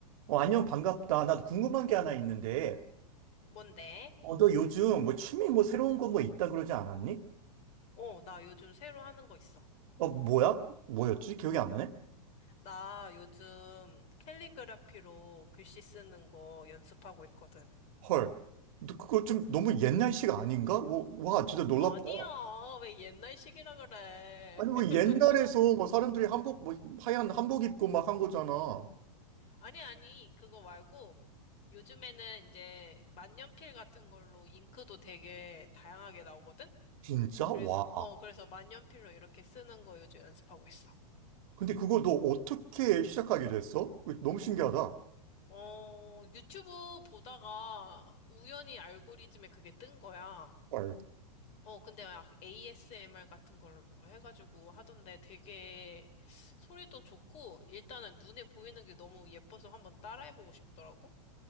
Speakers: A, on the right; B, on the left.
A: 어, 안녕, 반갑다. 나도 궁금한 게 하나 있는데,
B: 뭔데?
A: 어, 너 요즘 뭐 취미 뭐 새로운 거 뭐 있다 그러지 않았니?
B: 어, 나 요즘 새로 하는 거 있어.
A: 어, 뭐야? 뭐였지? 기억이 안 나네?
B: 나 요즘 캘리그라피로 글씨 쓰는 거 연습하고 있거든.
A: 헐. 너 그거 좀 너무 옛날식 아닌가? 뭐, 와, 진짜 놀랍다.
B: 아니야, 왜 옛날식이라 그래.
A: 아니, 뭐
B: <laughs>
A: 옛날에서 뭐 사람들이 한복, 뭐 하얀 한복 입고 막 한 거잖아.
B: 아니, 아니, 그거 말고 요즘에는 이제 만년필 같은 걸로 잉크도 되게 다양하게 나오거든?
A: 진짜?
B: 그래서,
A: 와.
B: 어, 그래서 만년필로 이렇게 쓰는 거 요즘 연습하고 있어.
A: 근데 그거 너 어떻게 시작하게 됐어? 그거 너무 신기하다.
B: 어, 유튜브 보다가 우연히 알고리즘에 그게 뜬 거야.
A: 헐.
B: 어, 근데 막 ASMR 같은 걸로 해가지고 하던데 되게 소리도 좋고 일단은 눈에 보이는 게 너무 예뻐서 한번 따라해보고 싶더라고.